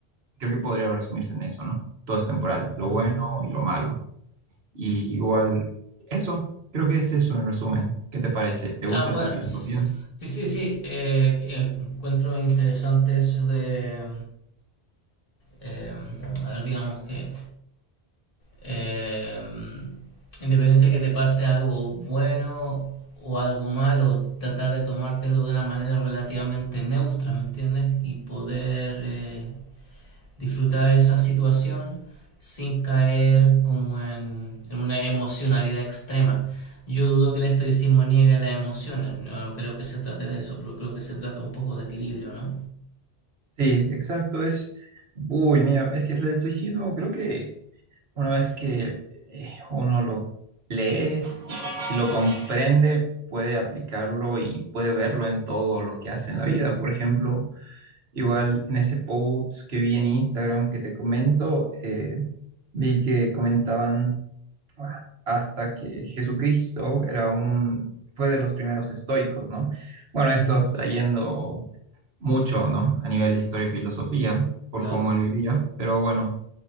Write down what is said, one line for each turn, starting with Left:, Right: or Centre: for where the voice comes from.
Right: Creo que podría resumirse en eso, ¿no? Todo es temporal,
Left: Mm.
Right: lo bueno y lo malo. Y igual, eso, creo que es eso en resumen. ¿Qué te parece? ¿Te gusta
Left: Ah, bueno,
Right: esta filosofía?
Left: s- sí, sí, sí. eh, que encuentro interesante eso de, eh, a ver, digamos que Eh, independiente de que te pase algo bueno o algo malo, tratar de tomártelo de una manera relativamente neutra, ¿me entiendes? Y poder eh, disfrutar esa situación sin caer como en, en una emocionalidad extrema. Yo dudo que el estoicismo niegue las emociones, no, no creo que se trate de eso, pero creo que se trata un poco de equilibrio, ¿no?
Right: Sí, exacto, es... Uy, mira, es que el estoicismo creo que Una vez que eh, uno lo lee y lo comprende, puede aplicarlo y puede verlo en todo lo que hace en la vida. Por ejemplo, igual en ese post que vi en Instagram que te comento, eh, vi que comentaban ah, hasta que Jesucristo era un, fue de los primeros estoicos, ¿no? Bueno,
Left: Ujú.
Right: esto abstrayendo mucho, ¿no? A nivel de historia y filosofía, por
Left: Claro.
Right: cómo él vivía, pero bueno